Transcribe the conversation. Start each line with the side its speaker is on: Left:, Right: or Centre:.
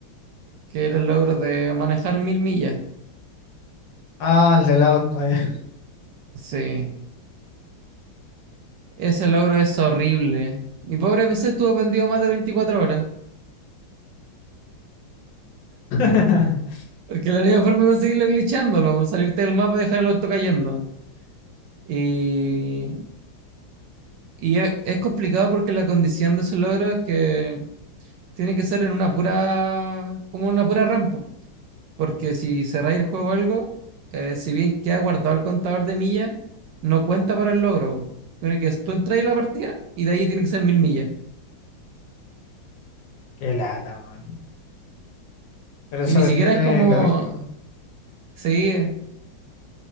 Right: que era el logro de manejar mil millas.
Left: Ah, el del auto, ya.
Right: Sí, ese logro es horrible. Mi pobre PC estuvo pendido más de 24 horas,
Left: <laughs>
Right: porque la única forma de conseguirlo es glitchándolo, salirte del mapa y dejar el auto cayendo. Y, y es, es complicado porque la condición de ese logro es que tiene que ser en una pura, como una pura rampa. Porque si cerráis el juego o algo, eh, si bien queda guardado el contador de millas, no cuenta para el logro. Tiene que tú entras en la partida y de ahí tiene que ser mil millas.
Left: Qué lata, man. Pero esa
Right: Y ni
Left: cuestión
Right: siquiera es
Left: es
Right: como.
Left: lógico.
Right: Sí,